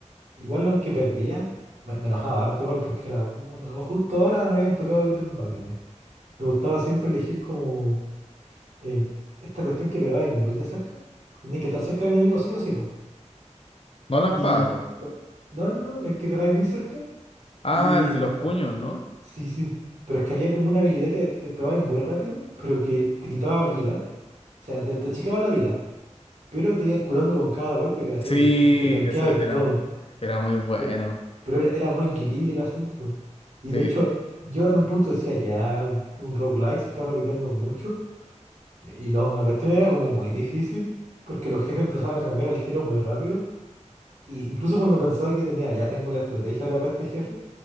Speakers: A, on the right; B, on the left.
A: igual aunque perdía, me, me enojaba harto igual porque era puta. o Justo ahora me habían tocado ítems bacanes. Me gustaba siempre elegir como eh, esta cuestión que pegabais muy de cerca. Tenías que estar cerca del enemigo sí o sí, po.
B: No las
A: Y
B: pago.
A: no, no, no, el que pegáis muy cerca.
B: Ah,
A: Y
B: el de los puños,
A: no,
B: ¿no?
A: Sí, sí. Pero es que había como una habilidad que eh, pegabais muy rápido, pero que te quitaba vida. O sea, te, te achicaba la vida. Pero te ibas curando con cada golpe que hacías
B: Sí,
A: y entonces te tanqueaba
B: eso era,
A: y todo.
B: era muy bueno.
A: Pe- Pero, era, era muy greedy el asunto. Y
B: Sí,
A: de hecho, yo en un punto decía, ya, un roguelike se está repitiendo mucho. Y no, la cuestión era como muy difícil, porque los jefes empezaban a cambiar al tiro muy rápido. Y incluso cuando pensaba que tenía, ya tengo la estrategia ahora para este jefe,